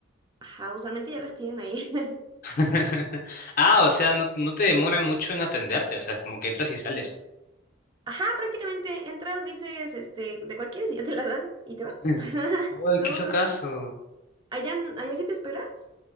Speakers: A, on the right; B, on the left.
A: ajá, usualmente ya las tienen ahí. <laughs>
B: <laughs> Ah, o sea, no, no te demoran mucho en atenderte, o sea, como que entras y sales.
A: Ajá, prácticamente entras, dices, este, de cuál quieres y ya te la dan y te vas.
B: Mm.
A: <laughs>
B: Uy,
A: Luego,
B: qué locazo.
A: luego. ¿Allá, allá sí te esperas?